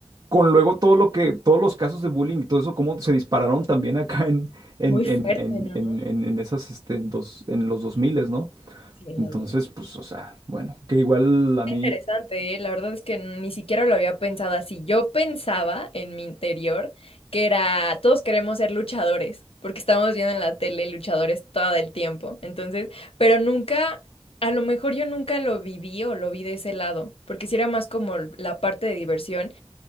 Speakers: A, on the right; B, on the left.
A: con luego todo lo que, todos los casos de bullying y todo eso, cómo se dispararon también acá en, en,
B: muy
A: en,
B: fuerte,
A: en,
B: ¿no?
A: en, en- en esas, este, en, dos, en los 2000, ¿no?
B: Sí, en
A: Entonces,
B: los dos mil
A: pues, o sea, bueno, que igual a
B: Interesante,
A: mí,
B: ¿eh? La verdad es que ni siquiera lo había pensado así. Yo pensaba en mi interior que era, todos queremos ser luchadores, porque estamos viendo en la tele luchadores todo el tiempo. Entonces, pero nunca, a lo mejor yo nunca lo viví o lo vi de ese lado, porque si era más como la parte de diversión